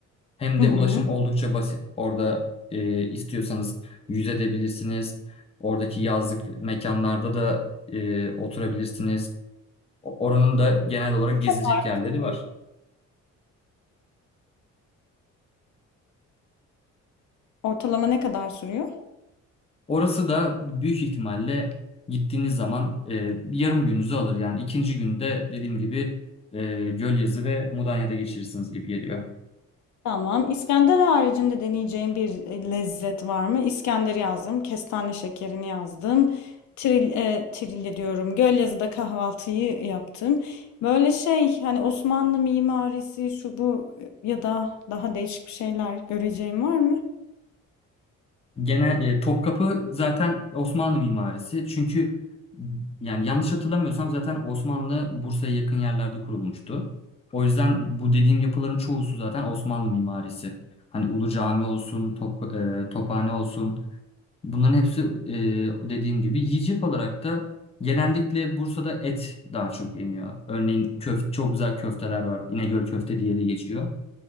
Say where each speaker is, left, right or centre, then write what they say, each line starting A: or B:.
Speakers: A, on the left (about 20°); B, on the left (about 70°).
A: Hem
B: Hı
A: de
B: hı.
A: ulaşım oldukça basit. Orada e, istiyorsanız yüzebilirsiniz. Oradaki yazlık mekanlarda da e, oturabilirsiniz. O- Oranın da genel olarak
B: Ne kadar
A: gezilecek yerleri
B: sürüyor?
A: var.
B: Ortalama ne kadar sürüyor?
A: Orası da büyük ihtimalle gittiğiniz zaman e, yarım gününüzü alır. Yani ikinci günde dediğim gibi e, Gölyazı ve Mudanya'da geçirirsiniz gibi geliyor.
B: Tamam. İskender haricinde deneyeceğim bir e, lezzet var mı? İskenderi yazdım. Kestane şekerini yazdım. Tril, e, Trilye diyorum. Gölyazı'da kahvaltıyı yaptım. Böyle şey hani Osmanlı mimarisi şu bu e, ya da daha değişik bir şeyler göreceğim var mı?
A: Genel e, Topkapı zaten Osmanlı mimarisi. Çünkü yani yanlış hatırlamıyorsam zaten Osmanlı Bursa'ya yakın yerlerde kurulmuştu. O yüzden bu dediğim yapıların çoğusu zaten Osmanlı mimarisi. Hani Ulu Cami olsun, Top, e, Tophane olsun. Bunların hepsi e, dediğim gibi yiyecek olarak da genellikle Bursa'da et daha çok yeniyor. Örneğin köf çok güzel köfteler var. İnegöl köfte diye de geçiyor.